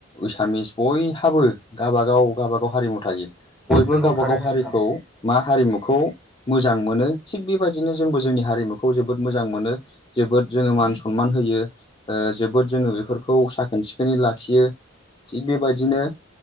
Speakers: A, on the left; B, in the centre.
A: एसामिस बयहाबो गावबा गाव गावबा गाव हारिमु थायो बयबो
B: नंगौ
A: गावबा
B: थारैनो
A: गाव हारिखौ
B: नोंथां
A: मा हारिमुखौ मोजां मोनो थिग बेबायदिनो जोंबो जोंनि हारिमुखौ जोबोद मोजां मोनो जोबोद जोङो मान सनमान हो जोबोद जोङो बेफोरखौ साखोन सिखोनै लाखियो थिग बेबायदिनो